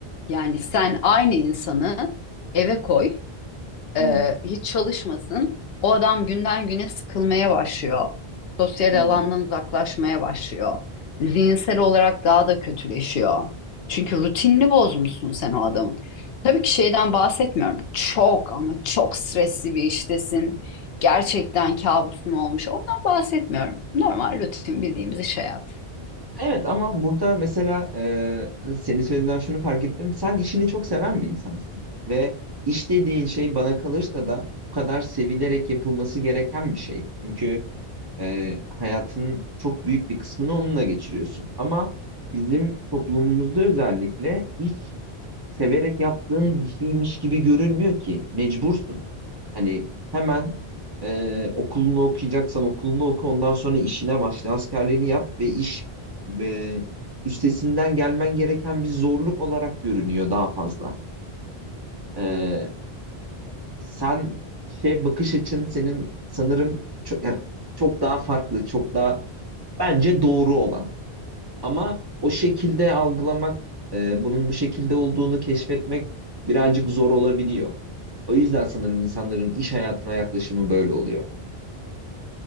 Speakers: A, on the left (about 70°); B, on the right (about 25°).
A: Yani sen aynı insanı eve koy
B: hı
A: e,
B: hı,
A: hiç çalışmasın. O adam günden güne sıkılmaya başlıyor. Sosyal
B: hı hı.
A: alandan uzaklaşmaya başlıyor. Zihinsel olarak daha da kötüleşiyor. Çünkü rutinini bozmuşsun sen o adamın. Tabii ki şeyden bahsetmiyorum. Çok ama çok stresli bir iştesin. Gerçekten kabusun olmuş. Ondan bahsetmiyorum. Normal rutin bildiğimiz iş hayatı.
B: Evet ama burada mesela e, senin söylediğinden şunu fark ettim. Sen işini çok seven bir insansın. Ve iş dediğin şey bana kalırsa da bu kadar sevilerek yapılması gereken bir şey. Çünkü e, hayatının çok büyük bir kısmını onunla geçiriyorsun. Ama bizim toplumumuzda özellikle iş severek yaptığın bir şeymiş gibi görülmüyor ki. Mecbursun. Hani hemen e, okulunu okuyacaksan okulunu oku ondan sonra işine başla. Askerliğini yap ve iş e, üstesinden gelmen gereken bir zorluk olarak görünüyor daha fazla. E, sen işe bakış açın senin sanırım çok, yani çok daha farklı, çok daha bence doğru olan. Ama o şekilde algılamak, e, bunun bu şekilde olduğunu keşfetmek birazcık zor olabiliyor. O yüzden sanırım insanların iş hayatına yaklaşımı böyle oluyor.